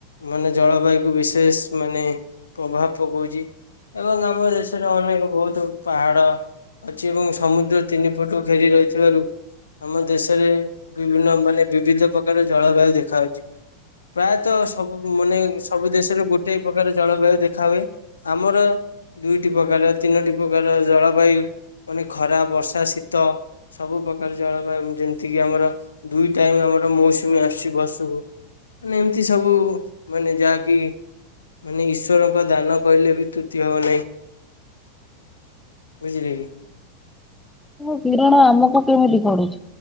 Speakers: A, on the left (about 70°); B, in the centre.
A: ମାନେ ଜଳବାୟୁକୁ ବିଶେଷ ମାନେ ପ୍ରଭାବ ପକଉଚି। ଏବଂ ଆମ ଦେଶରେ ଅନେକ ବହୁତ୍ ପାହାଡ଼ ଅଛି ଏବଂ ସମୁଦ୍ର ତିନି ପଟୁ ଘେରି ରହିଥିବାରୁ ଆମ ଦେଶରେ ବିଭିନ୍ନ ମାନେ ବିଭିିଧ ପ୍ରକାର ଜଳବାୟୁ ଦେଖାହଉଚି। ପ୍ରାୟତଃ ସବୁ ମାନେ ସବୁ ଦେଶରେ ଗୋଟେ ପ୍ରକାର ଜଳବାୟୁ ଦେଖା ହୁଏ। ଆମର ଦୁଇଟି ପ୍ରକାର ତିନଟି ପ୍ରକାର ର ଜଳବାୟୁ ମାନେ ଖରା ବର୍ଷା ଶୀତ ସବୁ ପ୍ରକାର ଜଳବାୟୁ ଯେମିତିକି ଆମର ଦୁଇ ଟାଇମ୍ ଆମର ମୌସୁମୀ ଆସୁଚି ବର୍ଷକୁ। ମାନେ ଏମିତି ସବୁ ମାନେ ଯାହାକି ମାନେ ଇଶ୍ୱରଙ୍କ ଦାନ କହିଲେ ବି ତ୍ରୁତି ହବ ନାହିଁ ବୁଝିଲେ କି।
B: କିରଣ ଆମକୁ କେମିତି ପଡୁଚି